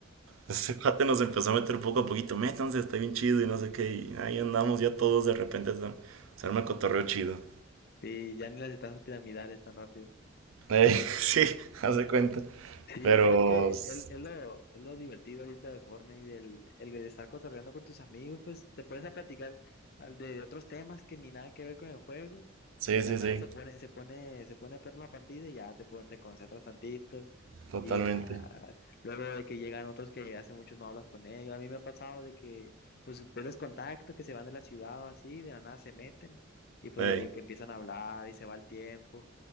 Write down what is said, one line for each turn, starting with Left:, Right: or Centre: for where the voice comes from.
Right: Ese cuate nos empezó a meter poco a poquito, métanse, está bien chido y no sé qué. Y ahí andamos ya todos de repente, a se arma el cotorreo chido.
Left: Sí, ya ni las etapas piramidales tan rápido.
Right: Ey, <laughs> sí, hace cuenta.
Left: Sí,
Right: Pero
Left: es que
Right: sí,
Left: es, es lo, es lo divertido ahorita de Fortnite, del el de estar cotorreando con tus amigos, pues te pones a platicar al de otros temas que ni nada que ver con el juego
Right: sí,
Left: y de la nada
Right: sí,
Left: se pone, se pone, se pone perro la partida y ya te pon- te concentras tantito
Right: totalmente.
Left: y ya luego de que llegan otros que hace mucho no hablas con ellos. A mí me ha pasado de que pues pierdes contacto, que se van de la ciudad o así, de la nada se meten y pues
Right: Ey,
Left: de que empiezan a hablar y se va el tiempo.